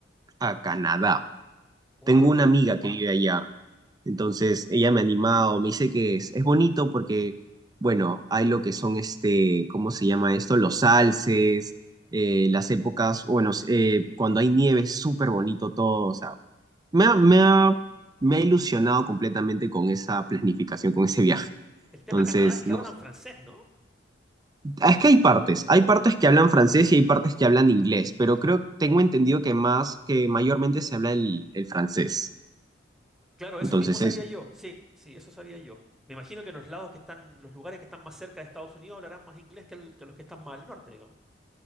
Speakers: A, on the right; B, in the centre.
A: a Canadá.
B: ¡Guau!
A: Tengo una amiga que vive allá entonces ella me ha animado, me dice que es, es bonito porque, bueno, hay lo que son este, ¿cómo se llama esto? Los alces, eh, las épocas, bueno, eh, cuando hay nieve es súper bonito todo, o sea, me ha, me ha, me ha ilusionado completamente con esa planificación, con ese viaje.
B: El tema
A: Entonces,
B: de Canadá es que
A: no,
B: hablan francés, ¿no?
A: es que hay partes, hay partes que hablan francés y hay partes que hablan inglés, pero
B: Dale.
A: creo, tengo entendido que más, que mayormente se habla el, el francés.
B: Claro, eso
A: Entonces,
B: mismo sabía yo. Sí, sí, eso sabía yo. Me imagino que los lados que están, los lugares que están más cerca de Estados Unidos hablarán más inglés que, el- que los que están más al norte, digamos.